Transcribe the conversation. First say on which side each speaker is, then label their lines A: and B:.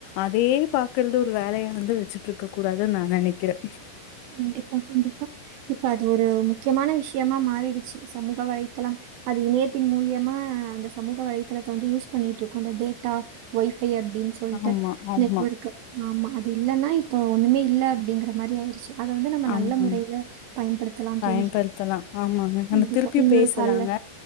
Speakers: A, on the left; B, on the right.
A: அதையே பாக்கறது ஒரு வேலையா வந்து வெச்சுட்ருக்க கூடாதுன்னு நா நெனைக்கிறே
B: கண்டிப்பா கண்டிப்பா இப்ப அது ஒ ரு முக்கியமான விஷ்யமா மாறிடு ச்சி சமூக வலைத்தளம் அது இணைய த்தின் மூலியமா அந்த சமூக வலைதளத்த வந்து யூஸ் பண்ணிட்ருக்கோ இந்த டேட்டா வை ஃபை அப்டின்னு சொல்ட்டு
A: ஆமா ஆமா
B: நெட்வொர்க்கு ஆமா அ து இல்லனா இப்ப ஒண்ணுமே இல்ல அப்டிங்கற மாரி ஆயிருச்சு அத வந்து நம்ம நல்ல
A: ஆமா
B: முறையில பயன்படுத்தலாந்
A: பயன்படுத்தலாம்
B: தோழி
A: ஆமாங்க.
B: கண்டிப்பா
A: நம்ம திருப்பியும்
B: இன்னொரு
A: பேசலாங்க.
B: கால்ல